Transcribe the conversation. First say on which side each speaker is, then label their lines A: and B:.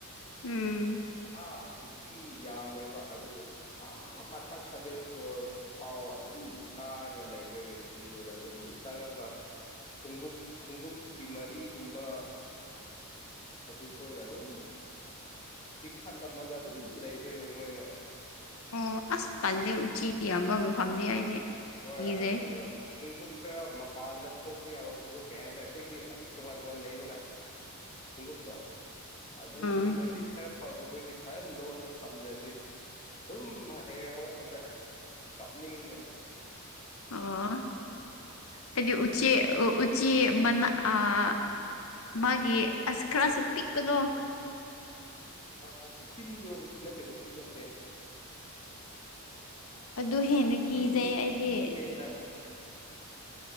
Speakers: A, on the left; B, on the left.
A: ꯎꯝ
B: ꯑꯥ ꯎꯆꯤ ꯌꯥꯝꯃꯦꯕ ꯑꯗꯨ ꯑꯥ ꯃꯊꯛ ꯁꯚꯦꯟ ꯐ꯭ꯂꯣꯔ ꯐꯥꯎ ꯑꯗꯨꯝ ꯀꯥꯔꯒ ꯂꯩꯗꯣꯏꯅꯦ ꯎꯆꯤꯈꯣꯏꯗꯣ ꯑꯗꯨꯝ ꯆꯪꯉꯒ ꯈꯣꯡꯎꯞ ꯈꯣꯡꯎꯞꯀꯤ ꯃꯔꯤꯒꯨꯝꯕ ꯑꯗꯨꯈꯣꯏꯒ ꯑꯗꯨꯝ ꯆꯤꯛꯊꯠꯂꯝꯃꯒ ꯑꯗꯨꯝ ꯂꯩꯗꯣꯏꯅꯦ ꯃꯣꯏꯅ
A: ꯑꯣ ꯑꯁ ꯇꯜꯂꯦ ꯎꯆꯤ ꯌꯥꯝꯕ ꯃꯐꯝꯗꯤ ꯑꯩꯗꯤ
B: ꯍꯣꯏ
A: ꯀꯤꯖꯩ
B: ꯑꯗꯨꯒ ꯈꯣꯡꯎꯞ ꯈꯔ ꯃꯄꯥꯟꯗ ꯊꯣꯛꯄ ꯌꯥꯕ ꯈꯣꯡꯎꯞ ꯀꯩ ꯍꯥꯏꯁꯤꯔ ꯑꯩꯈꯣꯏꯗꯤ ꯑꯗꯨꯝ ꯇꯣꯉꯥꯟ ꯇꯣꯉꯥꯟ ꯂꯩꯗꯅ ꯈꯣꯡꯎꯞꯇꯣ ꯑꯗꯨꯒꯨꯝꯕꯗꯤ
A: ꯎꯝ
B: ꯈꯔ ꯐꯕ ꯈꯣꯏꯗꯤ ꯐꯖꯅ ꯂꯣꯜꯂ ꯊꯝꯗ꯭ꯔꯗꯤ ꯑꯗꯨꯝ ꯍꯌꯦꯡ ꯍꯧꯒꯠꯄꯗ ꯀꯞꯅꯤꯡꯈ꯭ꯔꯅꯤ
A: ꯑꯣ ꯍꯑꯩꯗꯤ ꯎꯆꯤ ꯎꯆꯤ ꯃꯅꯥ ꯑꯥ ꯃꯥꯒꯤ ꯑꯁ ꯈꯔꯁꯨ ꯄꯤꯛꯄꯗꯣ
B: ꯑ ꯎꯇꯤꯟꯔꯣ ꯅꯠꯇꯦ ꯎꯇꯤꯟ ꯅꯠꯇꯦ
A: ꯑꯗꯨ
B: ꯑꯁ
A: ꯍꯦꯟꯅ
B: ꯐꯤ
A: ꯀꯤꯖꯩ ꯑꯩꯗꯤ
B: ꯐꯤ ꯍꯦꯟꯅ